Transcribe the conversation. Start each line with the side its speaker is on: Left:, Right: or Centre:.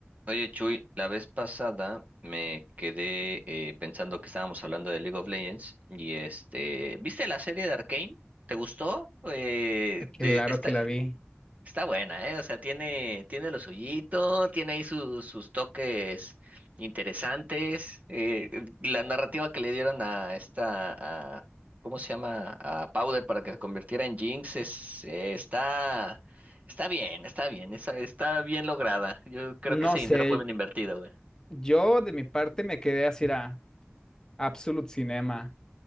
Right: Oye, Chuy, la vez pasada me quedé eh, pensando que estábamos hablando de League of Legends y este, ¿viste la serie de Arcane? ¿Te gustó? Eh, de
Left: Claro
Right: esta,
Left: que la vi.
Right: Está buena, ¿eh? O sea, tiene, tiene lo suyito, tiene ahí sus, sus toques interesantes. eh, la narrativa que le dieron a esta, a- ¿cómo se llama? A Powder para que se convirtiera en Jinx es, eh, está, está bien, está bien, está, está bien lograda. Yo creo que
Left: No
Right: ese dinero
Left: sé,
Right: fue bien invertido, güey.
Left: yo de mi parte me quedé así a Absolute Cinema.